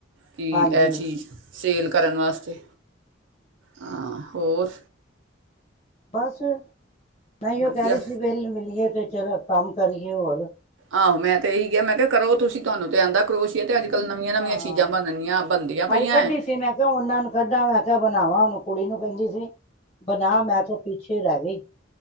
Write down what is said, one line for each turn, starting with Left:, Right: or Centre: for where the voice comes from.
Right: ਕਿ
Left: ਹਾਂਜੀ
Right: ਇਹ ਚੀਜ਼ ਸੇਲ ਕਰਨ ਵਾਸਤੇ ਹਾਂ। ਹੋਰ।
Left: ਬਸ। ਮੈਂ ਏਹੀਓ
Right: ਵਧੀਆ
Left: ਕਹਿ ਰਹੀ ਸੀ, ਵੇਲ ਮਿਲੀਏ ਤੇ ਚਲੋ ਕੰਮ ਕਰੀਏ ਹੋਰ
Right: ਆਹੋ ਮੈਂ ਤੇ ਇਹੀ ਕਿਆ, ਮੈਂ ਕਿਹਾ ਕਰੋ ਤੁਸੀਂ ਤੁਹਾਨੂੰ ਤੇ ਆਂਦਾ ਕਰੋਸ਼ੀਆ। ਅਤੇ ਅੱਜ ਕੱਲ੍ਹ ਨਵੀਆਂ ਨਵੀਆਂ
Left: ਹਾਂ,
Right: ਚੀਜ਼ਾਂ ਬਣਨੀਆਂ ਬਣਦੀਆਂ ਪਈਆਂ
Left: ਆਜ ਕੱਢੀ
Right: ਹੈ
Left: ਸੀ ਮੈਂ ਕਿਹਾ ਉਹਨਾਂ ਨੂੰ ਕੱਢਾ ਮੈਂ ਕਿਹਾ ਬਣਾਵਾਂ ਉਹਨੂੰ ਕੁੜੀ ਨੂੰ ਕੇਦੀ ਸੀ। ਬਣਾ, ਮੈਂ ਤਾਂ ਪਿੱਛੇ ਰਹਿ ਗਈ।